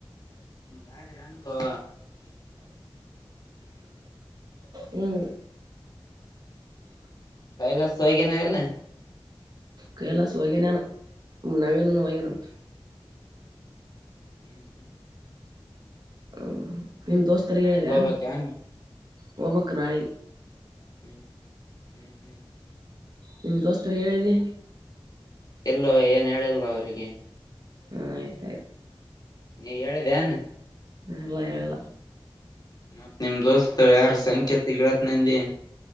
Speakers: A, on the left; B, on the right.
A: ಗಾದ್ರಂಗೋ
B: ಹ್ಮ್
A: ಕೈಲ ಸೈಗನ ಎಲ್ಲ
B: ಕೈಲಸ ವಗನಾನ ನವೀನ ವಗನಂತ
A: ಹ್ಮ್ ಹ್ಮ್
B: ಹ್ಮ ನಿಮ ದೋಸ್ತರ್
A: ನಾಳೆಗ್
B: ಹೇಳಿದೆ
A: ಹೋಗ್ಬೇಕನ್
B: ಹೋಗಬಕ್ ನಾಳಿ
A: ಹ್ಮ್ ಹ್ಮ್ ಹ್ಮ್ ಹ್ಮ್
B: ನಿಮ ದೋಸ್ತರಿಗೆ ಹೇಳಿದ್ದಿ
A: ಎಲ್ಲೋ ಏನ್ ಹೇಳಿಲ್ಲ ಅವರಿಗೆ
B: ಹ್ಮ ಆಯ್ತಾಯ್ತು
A: ನೀ ಹೇಳಿದೆ ನ್
B: ನಲ್ಲ ಹೇಳಲ್ಲ
A: ಮತ್ ನಿಮ್ ದೋಸ್ತ್ ಯಾರ ಸಂಖೇತ ಗಿಳತ್ ನಿ